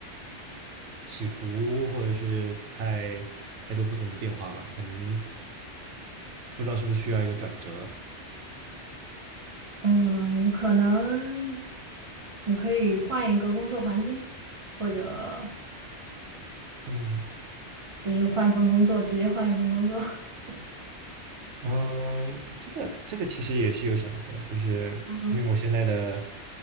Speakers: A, on the right (about 80°); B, on the right (about 25°).
A: 起伏或者是太太多不同的变化吧，可能不知道是不是需要一个转折，
B: 嗯，可能你可以换一个工作环境，或者
A: 嗯。
B: 就是换一份工作，直接换一份工作。<laughs>
A: 嗯，这个这个其实也是有想过，就是因为我现在的
B: 嗯，哼，